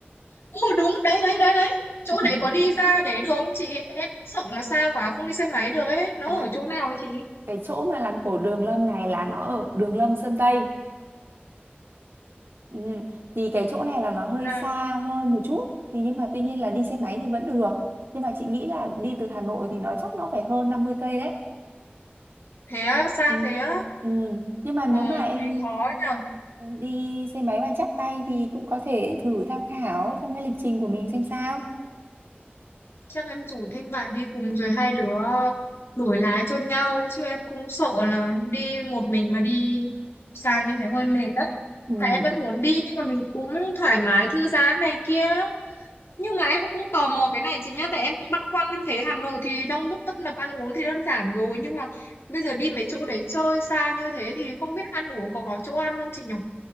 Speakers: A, on the left; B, on the right.
A: ô đúng đấy đấy đấy đấy chỗ
B: <laughs>
A: đấy có đi ra đấy được không chị em sợ nó xa quá không đi xe máy được ấy nó
B: à
A: ở chỗ nào ấy chị
B: cái chỗ mà làng cổ Đường Lâm này là nó ở Đường Lâm Sơn Tây ừ. thì cái chỗ này là nó hơi
A: là
B: xa hơn một chút thì nhưng mà tuy nhiên là đi xe máy thì vẫn được nhưng mà chị nghĩ là đi từ Hà Nội thì nó chắc nó phải hơn 50 cây đấy
A: thế á, xa
B: Ừ.
A: thế á
B: Ừ. Nhưng mà nếu
A: ờ,
B: mà em
A: thế khó nhỉ
B: đi xe máy mà chắc tay thì cũng có thể thử tham khảo trong cái lịch trình của mình xem sao.
A: chắc em rủ thêm bạn đi cùng rồi hai đứa đổi lái cho nhau chứ em cũng sợ là đi một mình mà đi xa như thế hơi mệt đấy
B: Ừ.
A: tại em vẫn muốn đi nhưng mà mình cũng thoải mái thư giãn này kia Nhưng mà em cũng tò mò cái này chị nhá Tại em cũng băn khoăn em thấy Hà Nội thì đông đúc tấp nập ăn uống thì đơn giản rồi Nhưng mà bây giờ đi mấy chỗ để chơi xa như thế Thì không biết ăn uống có có chỗ ăn không chị nhỉ